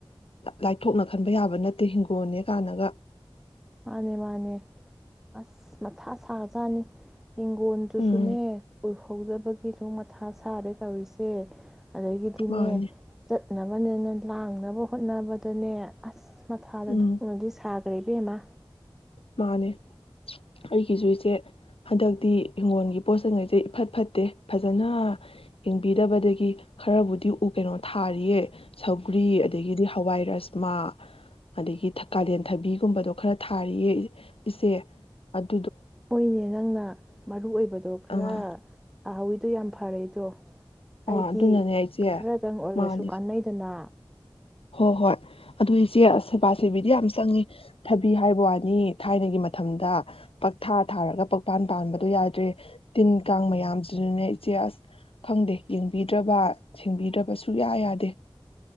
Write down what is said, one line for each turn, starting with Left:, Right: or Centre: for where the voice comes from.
Left: ꯂꯥꯏꯊꯣꯛꯅ ꯈꯟꯕ ꯌꯥꯕ ꯅꯠꯇꯦ ꯍꯤꯡꯒꯣꯜꯅꯦ ꯀꯥꯟꯅꯒ
Centre: ꯃꯥꯅꯦ ꯃꯥꯅꯦ ꯑꯁ ꯃꯊꯥ ꯁꯥꯔꯖꯥꯅꯤ ꯍꯤꯡꯈꯣꯟꯜꯗꯨꯁꯨꯅꯦ
Left: ꯎꯝ
Centre: ꯍꯧꯖꯕꯒꯤꯁꯨ ꯃꯊꯥ ꯁꯥꯔꯦ ꯇꯧꯔꯤꯁꯦ ꯑꯗꯒꯤꯗꯤꯅꯦ
Left: ꯃꯥꯅꯤ
Centre: ꯆꯠ ꯎꯣꯠꯅꯕꯅꯦꯅ ꯂꯥꯡꯅꯕ ꯍꯣꯠꯅꯕꯗꯅꯦ ꯑꯁ ꯃꯊꯥꯗ
Left: ꯎꯝ
Centre: ꯊꯣꯛꯄꯅꯗꯤ ꯁꯥ ꯀꯔꯩꯕꯤꯦꯝꯃꯥ
Left: ꯃꯥꯅꯦ ꯑꯩꯒꯤꯁꯨꯨ ꯏꯁꯦ ꯍꯟꯗꯛꯇꯤ ꯏꯤꯡꯒꯣꯜꯒꯤ ꯄꯣꯠꯁꯉꯩꯁꯦ ꯏꯐꯠ ꯐꯠꯇꯦ ꯐꯖꯅ ꯌꯦꯡꯕꯤꯗꯕꯗꯒꯤ ꯈꯔꯕꯨꯗꯤ ꯎ ꯀꯩꯅꯣ ꯊꯥꯔꯤꯌꯦ ꯁꯧꯒ꯭ꯔꯤ ꯑꯗꯒꯤꯗꯤ ꯍꯋꯥꯏ ꯔꯁꯃꯥ ꯑꯗꯒꯤ ꯀꯥꯂꯦꯟ ꯊꯕꯤꯒꯨꯝꯕꯗꯣ ꯈꯔ ꯊꯥꯔꯤꯌꯦ ꯏꯁꯦ ꯑꯗꯨ
Centre: ꯃꯣꯏꯅꯦ ꯅꯪꯅ ꯃꯔꯨ ꯑꯣꯏꯕꯗꯣ ꯈꯔ
Left: ꯑꯥ
Centre: ꯑꯥꯎꯋꯏꯗꯣ ꯌꯥꯝ ꯐꯔꯦꯗꯣ ꯍꯥꯏꯗꯤ
Left: ꯑꯥ ꯑꯗꯨꯅꯅꯦ ꯏꯆꯦ
Centre: ꯈꯔꯗꯪ ꯑꯣꯏꯔꯁꯨ
Left: ꯃꯥꯅꯦ
Centre: ꯀꯥꯟꯅꯩꯗꯅ
Left: ꯍꯣꯏ ꯍꯣꯏ ꯑꯗꯨ ꯏꯆꯦ ꯑꯁ ꯁꯦꯕꯥ ꯁꯦꯕꯤꯗꯤ ꯌꯥꯝ ꯆꯪꯉꯤ ꯊꯕꯤ ꯍꯥꯏꯕ ꯋꯥꯅꯤ ꯊꯥꯏꯅꯒꯤ ꯃꯇꯝꯗ ꯄꯛꯊꯥ ꯊꯥꯔꯒ ꯄꯛꯄꯥꯟ ꯄꯥꯟꯕꯗꯣ ꯌꯥꯗ꯭ꯔꯦ ꯇꯤꯟ ꯀꯥꯡ ꯃꯌꯥꯝꯁꯤꯅꯅꯦ ꯏꯆꯦ ꯑꯁ ꯈꯪꯗꯦ ꯌꯦꯡꯕꯤꯗ꯭ꯔꯕ ꯁꯦꯡꯕꯤꯗ꯭ꯔꯕ ꯁꯨꯌꯥ ꯌꯥꯗꯦ